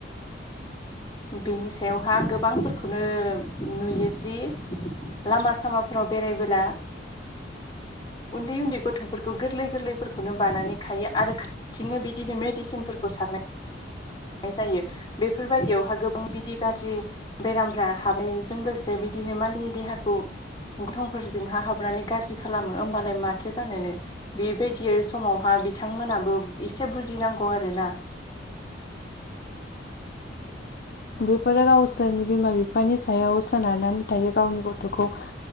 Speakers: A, on the left; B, on the left.
A: बेनि सायावहाय आं गोबांफोरखौनो नुयोदि लामा सामाफ्राव बेरायबोला उन्दै उन्दै गथ'फोरखौ गोरलै गोरलैफोरखौनो बानानै खायो आरो खाथिङनो बिदिनो मेडिसिनफोरखौ सारो।
B: <inaudible>
A: जायो बेफोरबायदियावहा गोबां बिदि गाज्रि बेरामफ्रा हाबानायजों लोगोसे बिदि बिदिननो मानसिनि देहाखौ गनथं फोरजोंहा हाबनानै गाज्रि खालामो होमबालाय माथो जानोनो बेबायदियै समावहा बिथांमोनाबो एसे बुजिनांगौ आरोना।
B: <inaudible> बेफोरो गावसोरनि बिमा बिफानि सायाव सोनारनानै थायो गावनि गथ'खौ बा